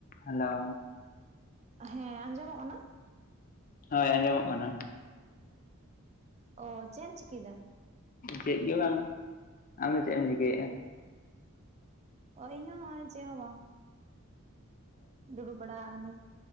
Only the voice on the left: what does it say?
ᱦᱮᱞᱳ!
ᱦᱳᱭ ᱟᱸᱡᱚᱢᱚᱜ ᱠᱟᱱᱟ᱾
ᱪᱮᱫ ᱜᱮ ᱵᱟᱝ᱾ ᱟᱢ ᱫᱚ ᱪᱮᱫ ᱮᱢ ᱪᱤᱠᱟᱹᱭᱮᱫᱼᱟ?